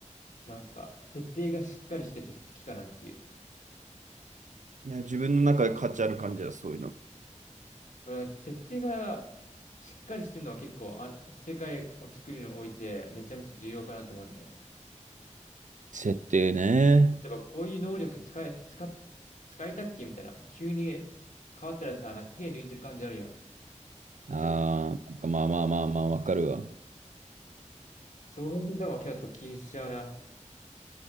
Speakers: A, on the left; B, on the right.
A: なんか設定がしっかりしてて好きかなっていう。
B: いや、自分の中で価値ある感じだ、そういうの。
A: うん設定がしっかりしてるのは結構あ、世界を作るにおいてめちゃめちゃ重要かなと思うんだよね。
B: 設定ね。
A: 例えばこういう能力使い、使っ、使いたっけみたいな。急に変わったらさ、なんか手抜いてる感じあるやん。
B: ああ、
A: ちょ、
B: なんかまあまあまあまあ、わかるわ。
A: その辺でも結構気にしちゃうな。